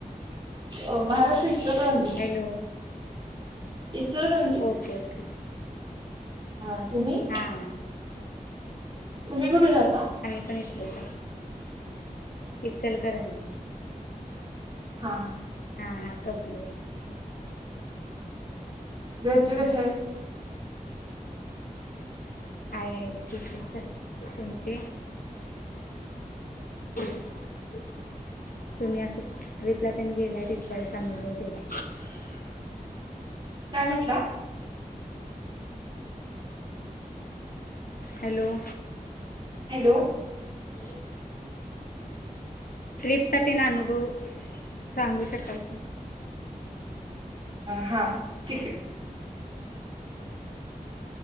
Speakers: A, on the right (about 35°); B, on the left (about 80°).
A: अ Maharashtra Ichalkaranji
B: hello
A: Ichalkaranji
B: okay okay
A: हा तुम्ही
B: हा हा
A: तुम्ही कुठे राहता.
B: मी पण इथलीच आहे. इचलकरंजी.
A: हा हा
B: हा हा कबनूर
A: घरचे कशे
B: हां
A: आहेत.
B: आहे आहे ठीक आहे सग तुमचे <unintelligible> तुम्ही असं कुठ ट्रिपला त्यां गेलाय तिथला एक अनुभव सांगा.
A: काय म्हटला.
B: हॅलो
A: हॅलो
B: हो ट्रिपचा त्यांना अनुभव सांगू शकाल का
A: हां ठीक आहे